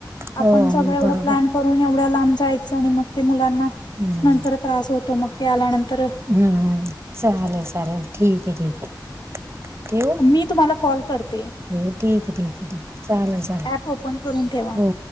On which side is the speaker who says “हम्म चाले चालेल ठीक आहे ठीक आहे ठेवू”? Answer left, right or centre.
Right